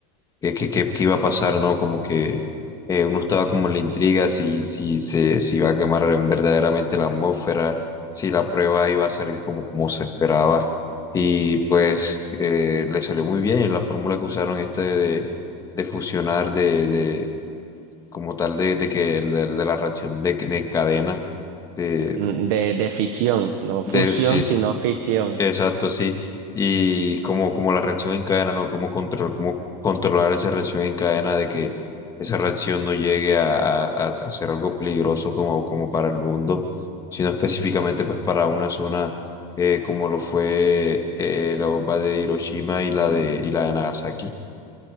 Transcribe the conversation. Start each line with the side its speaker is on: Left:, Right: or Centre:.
Left: qué, qué, qué- qué iba a pasar, ¿no? Como que eh, uno estaba como en la intriga si, si se si iba a quemar en- verdaderamente la atmósfera, si la prueba iba a salir como, como se esperaba. Y pues eh, le salió muy bien la fórmula que usaron esta de, de, de fusionar, de, de como tal, de, de que de, de la reacción de, de cadena de,
Right: Mm, De, de fisión, no fusión,
Left: de, sí,
Right: sino
Left: sí,
Right: fisión.
Left: Exacto, sí. Y como, como la reacción en cadena, ¿no? Cómo control, cómo controlar esa reacción en cadena de que esa reacción no llegue a, a, a a ser algo peligroso como, como para el mundo, sino específicamente pues para una zona eh, como lo fue eh, la bomba de Hiroshima y la de, y la de Nagasaki.